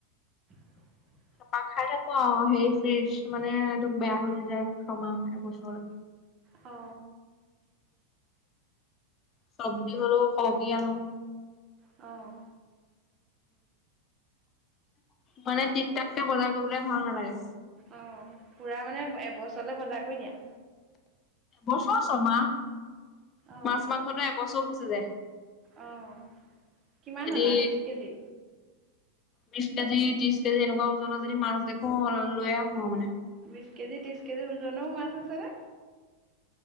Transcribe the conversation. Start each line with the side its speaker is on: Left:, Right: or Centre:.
Right: <unintelligible>
Left: পা খাই থাকো অ হেৰি ফ্ৰিজ মানে এইটো বেয়া হৈ নাযায় ছমাহ এবছৰলে।
Right: অ।
Left: চব্জি হলো খগি আনো।
Right: অঁ।
Left: মানে টিকটাককে বজাৰ কৰিবলৈ ভাল নালাগে।
Right: অ পুৰা মানে এবছৰলৈ বজাৰ কৰি দিয়া।
Left: এবছৰ -ছমাহ,
Right: অ'।
Left: মাছ - মাংসতে এবছৰো গুচি যায়।
Right: অঁ কিমান
Left: যদি
Right: অনা বিছ কেজি?
Left: বিশ কেজি, ত্ৰিশ কেজি এনেকুৱা ওজনৰ যদি মাছ দেখো অ লৈয়ে আহো মানে।
Right: বিশ কেজি, ত্ৰিশ কেজি ওজনেও মাছ আছেনে?